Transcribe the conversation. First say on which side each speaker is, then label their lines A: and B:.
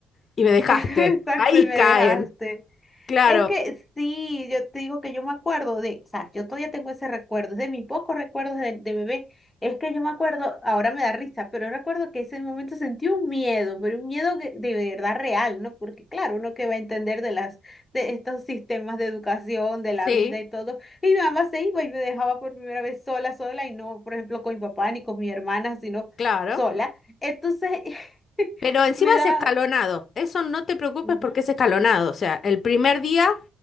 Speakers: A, on the left; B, on the left.
A: y me
B: <laughs>
A: dejaste.
B: Exacto,
A: Ahí
B: y me
A: caen,
B: dejaste.
A: claro,
B: Es que sí, yo te digo que yo me acuerdo de, o sea, yo todavía tengo ese recuerdo, es de mis pocos recuerdos de, de bebé. Es que yo me acuerdo, ahora me da risa, pero yo recuerdo que ese momento sentí un miedo, pero un miedo que- de, verdad real, ¿no? Porque claro, uno que va a entender de las, de estos sistemas de educación, de la
A: sí,
B: vida y todo. Y mi mamá se iba y me dejaba por primera vez sola, sola, y no, por ejemplo, con mi papá ni con mi hermana, sino
A: claro.
B: sola. Entonces, <laughs>
A: Pero encima
B: me da...
A: es escalonado. Eso no te preocupes
B: ujú.
A: porque es escalonado. O sea, el primer día,